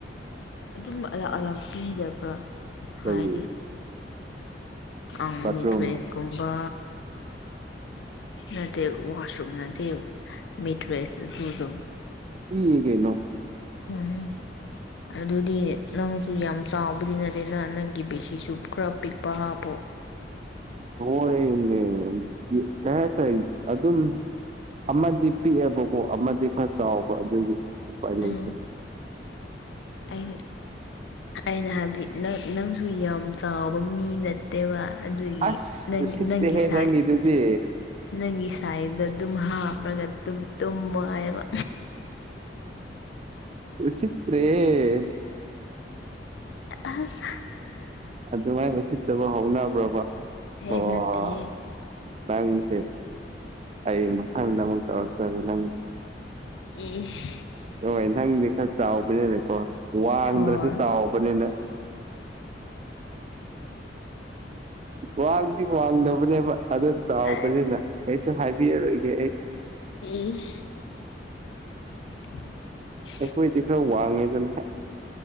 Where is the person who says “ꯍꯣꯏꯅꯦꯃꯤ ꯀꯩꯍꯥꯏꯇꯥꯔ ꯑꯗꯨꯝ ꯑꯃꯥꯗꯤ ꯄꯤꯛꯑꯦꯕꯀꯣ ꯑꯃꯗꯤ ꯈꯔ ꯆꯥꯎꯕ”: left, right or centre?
Right